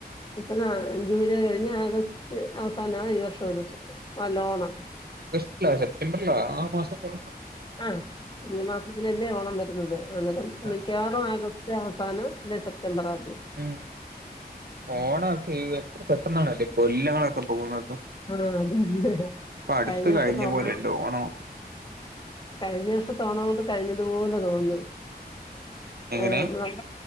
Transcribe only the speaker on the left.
ഇപ്പൊ ന്നാ ജൂലൈ കഴിഞ്ഞ് ആഗസ്റ്റ് അവസാനമാണ് ഈ വർഷം ഒരുത്സ വല്ലോഓണം
ആഹ ഈ മാസത്തിനല്ലേ ഓണം വരുന്നത് അന്നേരം
മിക്കവാറും ആഗസ്റ്റ് അവസാനം ഇല്ല സെപ്റ്റംബറാ
ആ അതെതെ
കഴിഞ്ഞ വർഷം തോന്ന
കഴിഞ്ഞ വർഷം തോണ കൊണ്ട് കഴിഞ്ഞതുപോലെ തോന്നുന്നു
ആ നമ്മ